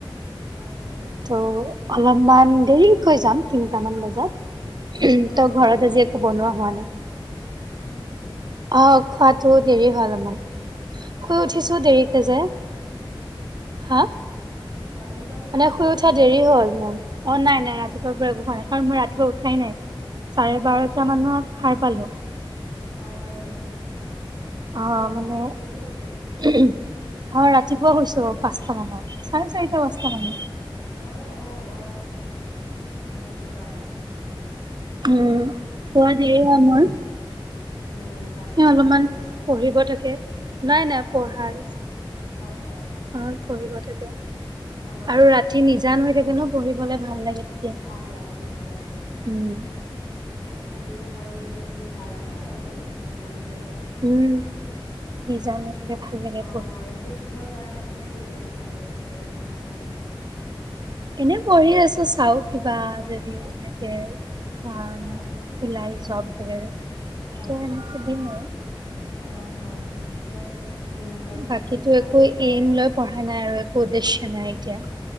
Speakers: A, on the left; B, on the right.
A: অ' হয় নেকি
B: ত' অলপমান দেৰিকৈ যাম তিনটামান বজাত।
A: অ
B: ত' ঘৰত
A: ইমান
B: আজি
A: দেৰিকে
B: একো বনোৱা
A: খাই
B: হোৱা নাই।
A: হয়, নেকি?
B: অ', খোৱাতো দেৰি হয়, অলপমান।
A: অ
B: শুই
A: ৰাতিপুৱা
B: উঠিছোঁ
A: কিবা
B: দেৰিকে
A: খাইছে
B: যে
A: নাই অ
B: হা
A: অ ৰাতিপুৱা কিবা
B: মানে
A: খাইছে
B: শুই উঠা
A: নাই
B: দেৰি হয়, মোৰ। অ', নাই, নাই ৰাতিপুৱাৰ পৰা একো খোৱা নাই, কাৰণ মই ৰাতিপুৱা উঠাই নাই। চাৰে বাৰটা
A: অ
B: মানত সাৰ পালোঁ।
A: অ', হয়, নেকি?
B: অ
A: শুৱা
B: মানে
A: চাগে
B: অ
A: দেৰি হৈছে
B: ৰাতি ৰাতিপুৱা শুইছো পাঁচটা মানত চাৰেচাৰিটা পাঁচটা
A: অ
B: মানে
A: অ অ অ সেইটো কাৰণে উম
B: উম শুৱা দেৰি হয়, মোৰ।
A: উম কামত
B: এ
A: চাগে
B: অলমান
A: ব্যস্ত
B: পঢ়িব থাকে নাই নাই পঢ়াৰ
A: অ অ পঢ়াৰ
B: অ পঢ়িব থাকে
A: অ
B: আৰু
A: অ
B: ৰাতি নিজান হৈ থাকে ন পঢ়িবলে ভাল লাগে তেতিয়া
A: ভাল লাগে হয় হয়
B: উম
A: অ পঢ়িব পাৰিলে ত বহুত ভাল ন ৰাতি নিজান হয়
B: উম নিজান হৈ থাকে ভাল লাগে
A: অ
B: পঢ়ি
A: এতিয়া কিহৰ কাৰণে আপুনি প্ৰিপেৰে্চন কৰি আছে বাৰু পঢ়াৰ
B: এনে পঢ়ি আছো চাও কিবা যদি এনেকে আ
A: অ',
B: ম ওলাই জব কৰে আৰু
A: হয়,
B: ত
A: হয়।
B: এনেকে দিম মই
A: অ হয় হয় ঠিকে আছে পঢ়িব পাৰিলে
B: বাকীতো
A: বহুত ভাল
B: একো
A: কথা।
B: এইম লৈ পঢ়া নাই আৰু একো উদ্দেশ্য নাই এতিয়া